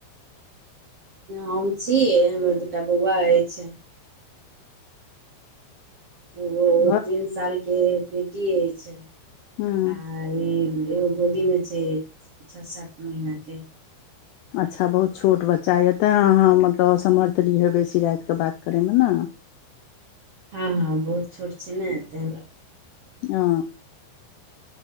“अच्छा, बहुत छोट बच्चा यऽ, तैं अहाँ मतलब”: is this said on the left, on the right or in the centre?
Left